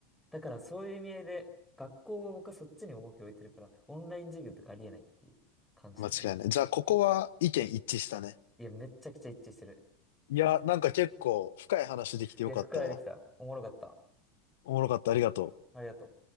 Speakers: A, in the centre; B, on the left (about 65°).
A: だからそういう意味合いで、学校を僕はそっちに重きを置いてるから、オンライン授業とかありえないっていう感じなんだよね。
B: 間違いない。じゃあ、ここは意見一致したね。
A: いや、めっちゃくちゃ一致してる。
B: いや、なんか結構深い話できてよかったわ。
A: いや、深いできた。おもろかった。
B: おもろかった。ありがとう。
A: ありがとう。